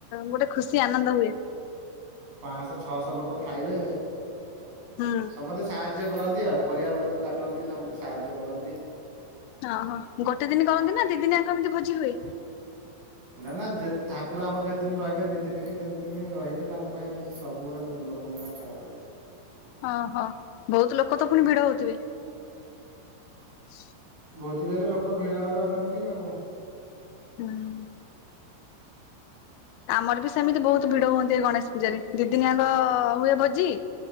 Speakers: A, on the left; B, on the right.
A: ଗୋଟେ ଖୁସି ଆନନ୍ଦ ହୁଏ।
B: ପାଂଶହ ଛଅଶହ ଲୋକ ଖାଇବେ
A: ହୁଁ
B: ସମସ୍ତେ ସାହାଯ୍ୟ କରନ୍ତି ଆଉ ପରିବା ପତ୍ର କାଟନ୍ତି ସମସ୍ତେ ସାହାଯ୍ୟ କରନ୍ତି।
A: ଓ ହୋ ଗୋଟେ ଦିନ କରନ୍ତି ନା ଦି ଦିନି ଆଙ୍କ ଏମିତି ଭୋଜି ହୁଏ।
B: ନା ନା ଯେ ଠାକୁର ଆମର ଯେତେ ଦିନ ରହିବେ ଦି ଦିନ କି ତିନି ଦିନ ରହିବେ ତାଙ୍କ ପାଇଁ ସବୁ ଲୋକଙ୍କ ପାଇଁ ଖାଇବା ହୁଏ।
A: ହଁ ହଁ ବହୁତ ଲୋକ ତ ପୁଣି ଭିଡ ହଉଥିବେ? ହ
B: ଭୋଜି ଦେଲେ ଲୋକ ଭିଡ଼ ଭବେ ଅଟୋମେଟିକ୍ ଆଉ।
A: ହୁଁ। ଆମର ବି ସେମିତି ବହୁତ ଭିଡ ହୁଅନ୍ତି। ଏ ଗଣେଶ ପୂଜାରେ ଦିଦିନିଆଙ୍କ ହୁଏ ଭୋଜି